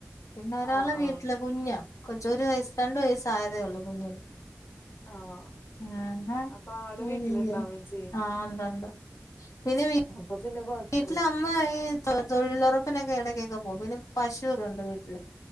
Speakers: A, on the left (about 80°); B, on the left (about 40°).
A: പിന്നെ ഒരാള്
B: ആഹ് ആഹ്
A: വീട്ടില് കുഞ്ഞാ കൊച്ച് ഒരു വയസ്സ് രണ്ടു വയസ്സ് ആയതേ ഉള്ളൂ കുഞ്ഞിന്
B: ആഹ്
A: ആഹാ
B: അപ്പൊ ആള്
A: <unintelligible>
B: വീട്ടിലുണ്ടാവേം ചെയ്യും
A: ആഹ് ഒണ്ട് ഒണ്ട് പിന്നെ <unintelligible>
B: അപ്പൊ പിന്നെ കൊഴപ്പില്ല
A: വീട്ടില് അമ്മ ഈ തൊ തൊഴിലൊറപ്പിനൊക്കെ എടക്കൊക്കെ പോകും പിന്നെ പശു ഒക്കെയുണ്ട് വീട്ടില്.